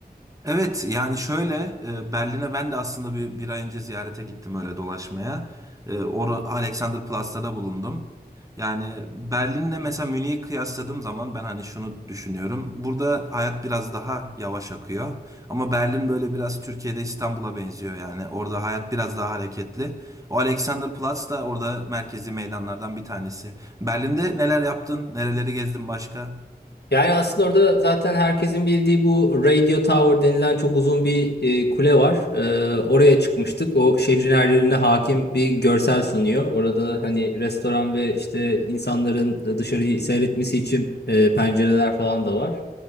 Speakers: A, on the right; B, on the left.
A: Evet yani şöyle e, Berlin'e ben de aslında bir, bir ay önce ziyarete gittim öyle dolaşmaya. E, Or Alexanderplatz'ta da bulundum. Yani Berlin'le mesela Münih'i kıyasladığım zaman ben hani şunu düşünüyorum. Burada hayat biraz daha yavaş akıyor. Ama Berlin böyle biraz Türkiye'de İstanbul'a benziyor yani. Orada hayat biraz daha hareketli. O Alexanderplatz da orada merkezi meydanlardan bir tanesi. Berlin'de neler yaptın? Nereleri gezdin başka?
B: Yani aslında orada zaten herkesin bildiği bu Radio Tower denilen çok uzun bir e, kule var. E, oraya çıkmıştık. O şehrin her yerine hakim bir görsel sunuyor. Orada hani restoran ve işte insanların dışarıyı seyretmesi için e, pencereler falan da var.